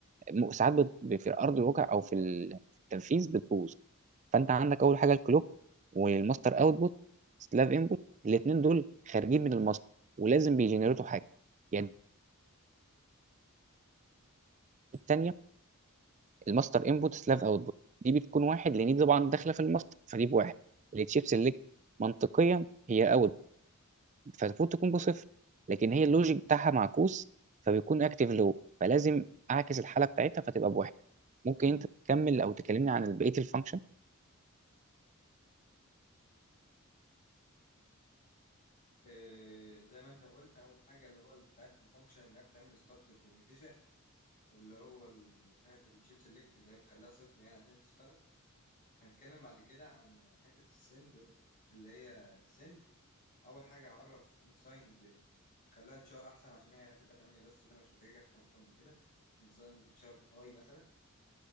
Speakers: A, on the right; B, on the left.
A: م- ساعات بت- في ارض الواقع او في ال- في التنفيذ بتبوظ فانت عندك اول حاجه الكلوك والماستر اوتبوت سلاف انبوت الاثنين دول خارجين من الماستر ولازم بيجنريتوا حاجه يعني الثانيه الماستر انبوت سلاف اوتبوت دي بتكون واحد لان دي طبعا داخله في الماستر فدي بواحد التشيب سيلكت منطقيا هي اوت فالمفروض تكون بصفر لكن هي اللوجيك بتاعها معكوس فبيكون اكتيف لو فلازم اعكس الحاله بتاعتها فتبقى بواحد ممكن انت تكمل او تكلمني عن بقيه الفانكشن
B: آه، زي ما انت قلت اول حاجه اللي هو بتاع الفانكشن اللي هي بتعمل ستارت للكوميونيكيشن اللي هو ال- بتاعت الشيب سيلكت اللي هي بتخليها صفر يعني عشان تشتغل هنتكلم بعد كده عن حته السند اللي هي السند اول حاجه هعرف انسايند خليها تشار احسن عشان هي هتبقى 8 بس فانا مش محتاج احسن حاجه اكتر من كده انسايند تشار اي مثلا